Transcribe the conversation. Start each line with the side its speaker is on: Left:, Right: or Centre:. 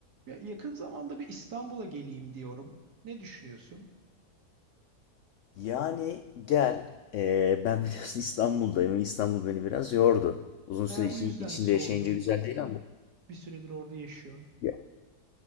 Right: Ya yakın zamanda bir İstanbul'a geleyim diyorum. Ne düşünüyorsun?
Left: Yani gel. Ee, ben biliyorsun İstanbul'dayım. İstanbul beni biraz yordu. Uzun süre
Right: He, o
Left: için,
Right: yüzden
Left: içinde
Right: sordum.
Left: yaşayınca güzel değil ama.
Right: Bir süredir orada yaşıyorsun.
Left: Ya,